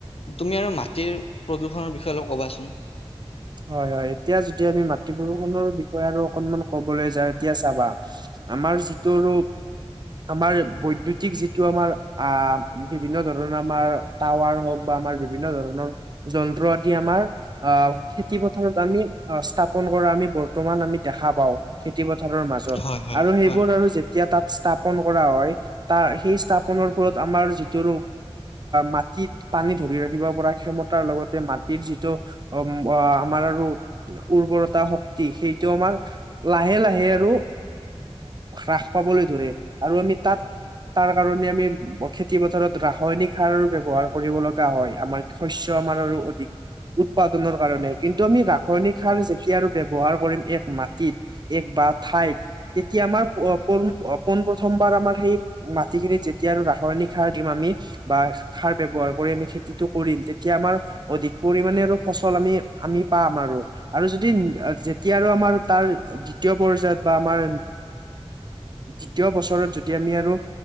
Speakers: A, on the left; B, on the right.
A: তুমি আৰু মাটিৰ, প্ৰদূষণৰ বিষয়ে অলপ ক'বাচোন।
B: হয়, হয়, এতিয়া যদি আমি মাটি প্ৰদূষণৰ বিষয়ে আৰু অকনমান ক'বলৈ যাওঁ, এতিয়া চাবা আমাৰ যিটো ৰূপ আমাৰ বৈদ্য়ুতিক যিটো আমাৰ, আহ বিভিন্ন ধৰণৰ আমাৰ টাৱাৰ হওঁক বা আমাৰ বিভিন্ন ধৰণৰ যন্ত্ৰ, আদি আমাৰ, আহ খেতি পথাৰত আমি, অ', স্থাপন কৰা আমি বৰ বৰ্তমান আমি দেখা পাওঁ, খেতি পথাৰৰ মাজত,
A: হয় হয়
B: আৰু সেইবোৰ
A: হয়
B: আৰু যেতিয়া তাত স্থাপন কৰা হয় তাৰ, সেই স্থাপনৰ ফলত আমাৰ, যিটো মাটিত পানী ধৰি ৰাখিব পৰা ক্ষমতাৰ লগতে, মাটিৰ যিটো অ' বা আমাৰ আৰু, উৰ্বৰতা শক্তি সেইটো আমাৰ লাহে, লাহে আৰু হ্ৰাস পাবলৈ ধৰে, আৰু আমি তাত তাৰ কাৰণে আমি খেতি-পথাৰত, ৰাসায়নিক সাৰ ব্যৱহাৰ কৰোঁ। কৰিব লগা হয়, আমাৰ শস্য আমাৰ আৰু অধিক, উৎপাদনৰ কাৰণে, কিন্তু আমি ৰাসায়নিক সাৰ যেতিয়া আৰু ব্যৱহাৰ কৰিম, এক মাটিত এক বা ঠাইত তেতিয়া আমাৰ পোন, পোন প্ৰথমবাৰ আমাৰ সেই মাটিখিনিত যেতিয়া আৰু ৰাসায়নিক সাৰ দিম আমি বা সাৰ ব্যৱহাৰ কৰি আমি খেতিটো কৰিম, তেতিয়া আমাৰ অধিক পৰিমণে আৰু, ফচল ফল আমি, আমি পাম আৰু, আৰু যদি যেতিয়া আৰু আমাৰ তাৰ দ্বিতীয় পৰ্যায়ত বা আমাৰ দ্বিতীয় বছৰত যদি আমি আৰু